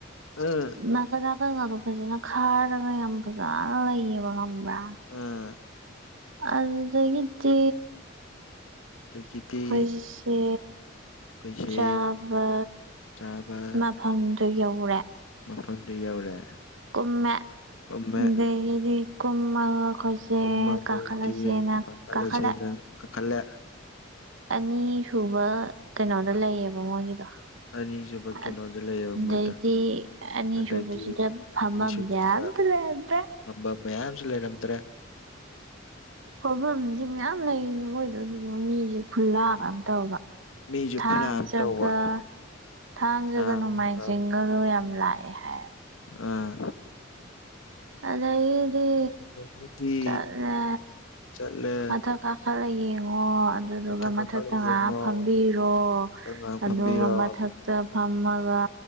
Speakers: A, on the left (about 85°); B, on the right (about 75°).
A: ꯑꯥ
B: ꯅꯥꯀꯟ ꯅꯥꯀꯟꯒꯥꯗꯣ ꯐꯖꯅ ꯈꯥꯔꯒ ꯌꯥꯝ ꯐꯖꯅ ꯂꯩꯌꯦꯕ ꯈꯪꯕ꯭ꯔꯥ
A: ꯑꯥ
B: ꯑꯗꯨꯗꯒꯤꯗꯤ
A: ꯑꯗꯒꯤꯗꯤ
B: ꯑꯈꯣꯏꯁꯨꯁꯦ
A: ꯑꯩꯈꯣꯏꯁꯦ
B: ꯆꯥꯕ
A: ꯆꯥꯕ
B: ꯃꯐꯝꯗꯨ ꯌꯧꯔꯦ
A: ꯃꯐꯝꯗꯨ ꯌꯧꯔꯦ
B: ꯀꯨꯝꯃꯦ
A: ꯄꯝꯃꯦ
B: ꯑꯗꯒꯤꯗꯤ ꯀꯨꯝꯃꯒ ꯑꯩꯈꯣꯏꯁꯦ
A: ꯀꯨꯝꯃꯗꯩꯗꯤ
B: ꯀꯥꯈꯠꯂꯁꯦꯅ
A: ꯀꯥꯈꯠꯂꯁꯦꯅ
B: ꯀꯥꯈꯠꯂꯦ
A: ꯀꯥꯈꯠꯂꯦ
B: ꯑꯅꯤ ꯁꯨꯕ ꯀꯩꯅꯣꯗ ꯂꯩꯌꯦꯕ ꯃꯣꯏꯒꯤꯗꯣ
A: ꯑꯅꯤꯁꯨꯕ ꯀꯩꯅꯣꯗ
B: ꯑꯗꯩꯗꯤ
A: ꯂꯩꯌꯦꯕ ꯃꯣꯏꯗꯣ
B: ꯑꯅꯤꯁꯨꯕꯁꯤꯗ
A: ꯑꯗꯒꯤ
B: ꯐꯝꯐꯝꯖꯦ
A: ꯑꯅꯤꯁꯨꯕꯗ
B: ꯑꯝꯇ ꯂꯩꯔꯝꯗ꯭ꯔꯦ
A: ꯐꯝꯕ ꯃꯌꯥꯝꯁꯨ ꯂꯩꯔꯝꯗ꯭ꯔꯦ
B: ꯐꯝꯚꯝꯗꯤ ꯃꯌꯥꯝ ꯂꯩꯔꯤꯅꯤ ꯃꯣꯏꯗꯣ ꯑꯗꯨꯗ ꯃꯤꯁꯦ ꯈꯨꯜꯂꯥꯛꯑꯝ ꯇꯧꯕ
A: ꯃꯤꯁꯨ
B: ꯊꯥꯡ
A: ꯈꯨꯠꯂꯥꯝ
B: ꯖꯒꯥ
A: ꯇꯧꯕ
B: ꯊꯥꯡꯖꯒ
A: ꯆꯥꯝꯃꯒ
B: ꯅꯣꯡꯃꯥꯏꯖꯤꯡꯒꯗꯨ ꯌꯥꯝ ꯂꯥꯛ ꯑꯦ ꯍꯥꯏ
A: ꯑꯥ
B: ꯑꯗꯩꯒꯤꯗꯤ
A: ꯑꯗꯒꯤꯗꯤ
B: ꯆꯠꯂꯦ
A: ꯆꯠꯂꯦ
B: ꯃꯊꯛ ꯀꯥꯈꯠ ꯂ ꯌꯦꯡꯉꯣ ꯑꯗꯨꯗꯨꯒ
A: ꯃꯊꯛ ꯀꯥꯈꯠꯂ
B: ꯃꯊꯛꯇ
A: ꯌꯦꯡꯉꯣ
B: ꯉꯥꯏꯍꯥꯛ ꯐꯝꯕꯤꯔꯣ
A: ꯃꯊꯛ ꯉꯥꯏꯍꯥꯛ
B: ꯑꯗꯨꯒ
A: ꯐꯝꯕꯤꯔꯣ
B: ꯃꯊꯛꯇ ꯐꯝꯃꯒ